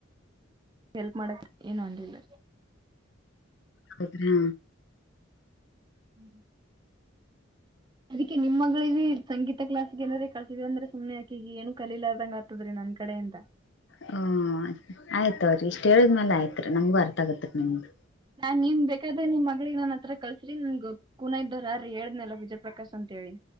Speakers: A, on the right (about 20°); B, on the left (about 60°).
A: ಹೆಲ್ಪ್ ಮಾಡತ್ ಏನು ಅಂದಿಲ್ಲ
B: ಹತ್ ಹಾ
A: ಹ್ಮ ಅದಕ್ಕೆ ನಿಮ್ಮ ಮಗಳಿಗೆ ಏನಾರ ಸಂಗೀತ ಕ್ಲಸ್ ಏನಾರ ಕಳಸಿದಿ ಅಂದ್ರ ಸುಮ್ನೆ ಅಕಿಗ ಈ ಏನು ಕಲಿಲ್ಲಾರದಂಗ ದ್ರಿ ನನ್ ಕಡೆ ಎಂತ
B: ಹ ಆಯ್ತ ಅವ್ರಿ ಇಷ್ಟ ಹೇಳಿದ್ಮೇಲ ಆಯ್ತ್ ರೀ ನಮ್ಗು ಅರ್ಥ ಆಗತ್ತ ನಮ್ದು
A: ನಾನ್ ನಿಮ್ ಬೇಕಾದ್ರೆ ನಿಮ ಮಗಳಿಗೆ ನಾನ್ ಹತ್ರ ಕಳಸ್ರಿ ನಿನ್ ಗೊ ಕುನ ಇದ್ದರ್ ಆರ ರಿ ಹೇಳಿದ್ನಲ ವಿಜಯಪ್ರಕಾಶ್ ಅಂತ ಹೇಳಿ